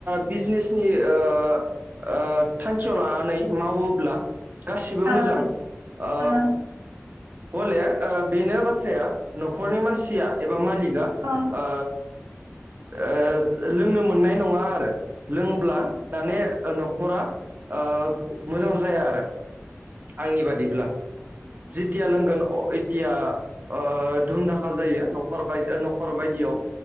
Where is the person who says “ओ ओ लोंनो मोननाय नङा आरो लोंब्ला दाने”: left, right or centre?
Right